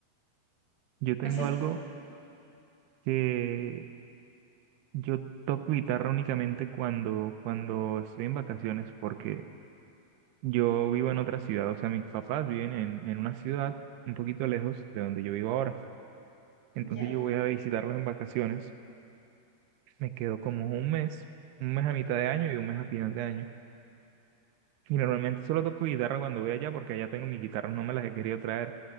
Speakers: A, on the right; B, on the left.
A: Yo tengo
B: Así es.
A: algo que yo toco guitarra únicamente cuando cuando estoy en vacaciones porque yo vivo en otra ciudad, o sea, mis papás viven en en una ciudad un poquito lejos de donde yo vivo ahora. Entonces
B: Ya.
A: yo voy a visitarlos en vacaciones Me quedo como un mes, un mes a mitad de año y un mes a final de año. Y normalmente solo toco guitarra cuando voy allá porque allá tengo mis guitarras, no me las he querido traer.